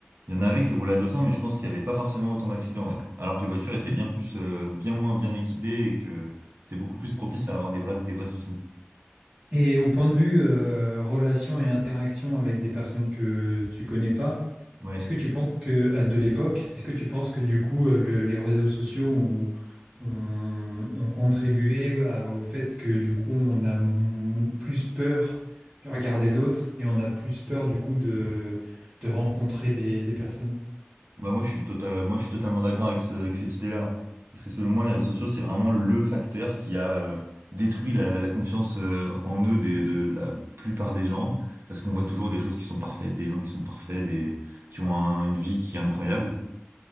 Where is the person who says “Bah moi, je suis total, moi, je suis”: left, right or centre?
Right